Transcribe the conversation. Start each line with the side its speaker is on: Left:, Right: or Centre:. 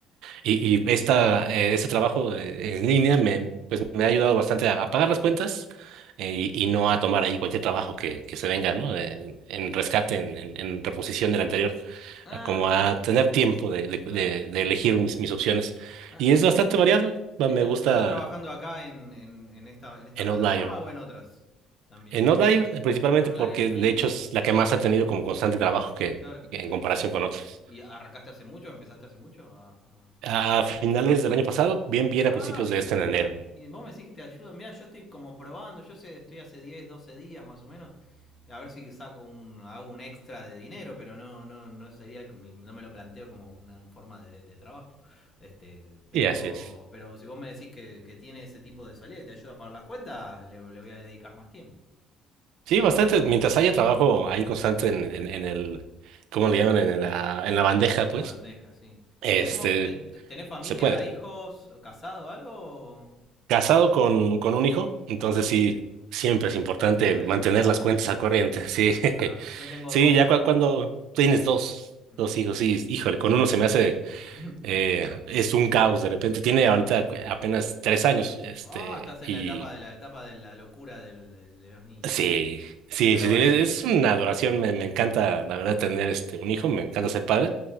Right: Y, y esta, eh, este trabajo eh, en línea me, pues, me ha ayudado bastante a, a pagar las cuentas eh, y, y no a tomar ahí cualquier trabajo que, que se venga, ¿no? En, en rescate, en, en, en reposición del anterior,
Left: ah,
Right: a como
Left: oh,
Right: a tener tiempo de, de,
Left: claro.
Right: de- de elegir mis, mis opciones.
Left: Ah,
Right: Y
Left: ¿y
Right: es
Left: est-
Right: bastante variado. ma-
Left: estás,
Right: Me gusta
Left: estás trabajando acá en, en, en esta, en esta
Right: en
Left: plataforma
Right: Outlier.
Left: o en otras también?
Right: En Outlier, eh, principalmente
Left: En Outlier
Right: porque
Left: y,
Right: de hecho es la que más ha tenido como constante trabajo que,
Left: claro,
Right: que en comparación con otros.
Left: ¿y arrancaste hace mucho? ¿Empezaste hace mucho a, a-
Right: A finales del año pasado, bien, bien
Left: Ah,
Right: a principios
Left: bien,
Right: de este en enero.
Left: mirá. Y vos me decís que te ayuda. Mirá, yo estoy como probando. Yo sé, estoy hace 10, 12 días más o menos. A ver si saco un, hago un extra de dinero, pero no, no, no sería, mi- no me lo planteo como una forma de, de trabajo. Este, pero,
Right: Y así es.
Left: pero si vos me decís que, que tiene ese tipo de salida y te ayuda a pagar las cuentas, le, le voy a dedicar más tiempo.
Right: Sí, bastante. Mientras haya trabajo ahí constante en, en, en el, ¿cómo le llaman? En la, en la bandeja,
Left: En
Right: pues,
Left: la bandeja, sí.
Right: este,
Left: ¿Tenemos, te- te- ¿Tenés familia,
Right: se puede.
Left: hijos, casado, algo?
Right: Casado con, con un hijo, entonces
Left: Ah,
Right: sí, siempre
Left: sí,
Right: es importante
Left: siempre
Right: el
Left: es
Right: mantener
Left: importante,
Right: las cuentas
Left: sí.
Right: al corriente. Sí, <laughs>
Left: Claro, yo tengo
Right: sí,
Left: dos.
Right: ya cua- cuando tienes dos,
Left: Hmm.
Right: dos hijos, sí, híjole, con uno se me hace,
Left: <laughs>
Right: eh, es un caos de repente. Tiene ahorita apenas tres años, este,
Left: Ah, estás en
Right: y
Left: la etapa de la etapa de la locura del- de, de los niños.
Right: sí, sí,
Left: Pero
Right: sí,
Left: bueno,
Right: sí, es es una adoración. Me, me encanta, la verdad, tener este, un hijo, me encanta ser padre.